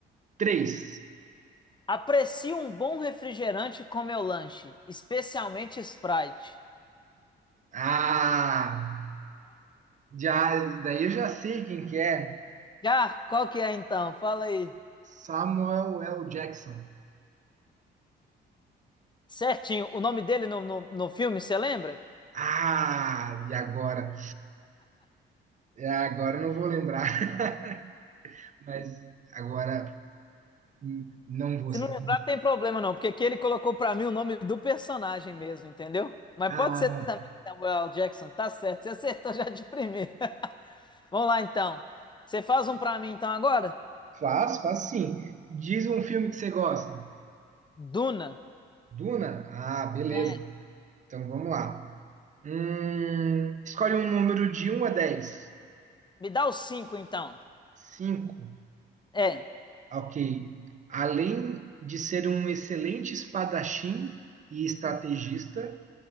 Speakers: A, on the right (about 40°); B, on the left (about 25°).
A: 3.
B: Aprecio um bom refrigerante com meu lanche, especialmente Sprite.
A: Ah, já, daí eu já sei quem que é.
B: Já? Qual que é então? Fala aí.
A: Samuel L. Jackson.
B: Certinho. O nome dele no, no, no filme, você lembra?
A: Ah, e agora? É, agora eu não vou lembrar. <laughs> Mas agora hum, não vou.
B: Se
A: sa-
B: não lembrar, tem problema não, porque aqui ele colocou pra mim o nome do personagem mesmo, entendeu? Mas
A: Ah,
B: pode ser também Samuel L. Jackson, tá certo, você acertou já de primeira. <laughs> Vamos lá então. Você faz um pra mim então agora?
A: faço, faço sim. Diz um filme que você gosta.
B: Duna.
A: Duna? Ah, beleza.
B: É.
A: Então vamos lá. Hum, escolhe um número de um a 10.
B: Me dá os cinco então.
A: 5.
B: É.
A: Ok. Além de ser um excelente espadachim e estrategista,
B: Hum,